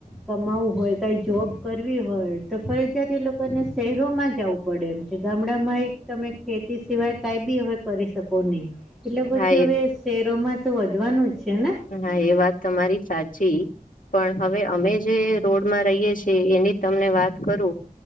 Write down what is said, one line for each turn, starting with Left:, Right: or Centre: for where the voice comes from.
Centre: કમાવું હોય કાંઈ જોબ કરવી હોય તો ફરજિયાત એ લોકોને શહેરોમાં જવું પડે એમ છે ગામડામાં એક તમે ખેતી સિવાય કઈ બી હવે કરી શકો નહી. એટલે પછી
Left: હા એ
Centre: હવે શેરોમાં તો વધવાનું જ છે ને
Left: હા એ વાત તમારી સાચી પણ હવે અમે જે રોડમાં રહીએ છીએ એની તમને વાત કરું